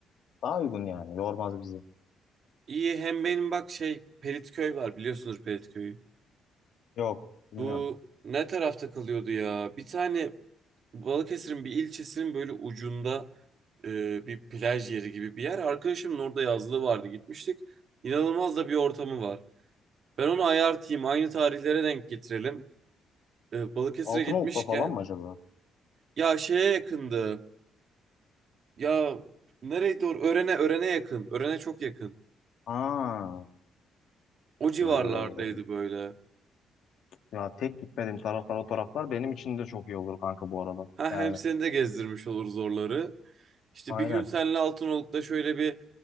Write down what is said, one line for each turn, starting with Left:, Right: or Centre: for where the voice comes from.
Left: Daha uygun yani yormaz bizi.
Right: İyi hem benim bak şey Pelitköy var biliyorsunuz Pelitköy'ü.
Left: Yok bilmiyorum.
Right: Bu ne tarafta kalıyordu ya? Bir tane Balıkesir'in bir ilçesinin böyle ucunda e, bir plaj yeri gibi bir yer. Arkadaşımın orada yazlığı vardı gitmiştik. İnanılmaz da bir ortamı var. Ben onu ayartayım aynı tarihlere denk getirelim. E, Balıkesir'e
Left: Altınoluk'ta
Right: gitmişken
Left: falan mı acaba?
Right: ya şeye yakındı. Ya nereye doğru? Örene, Örene yakın. Örene çok yakın.
Left: Ha.
Right: O civarlardaydı
Left: Ee,
Right: böyle.
Left: ya tek gitmediğim taraflar o taraflar benim için de çok iyi olur kanka bu arada.
Right: Ha
Left: Yani
Right: hem seni de gezdirmiş oluruz oraları. İşte
Left: aynen.
Right: bir gün seninle Altınoluk'ta şöyle bir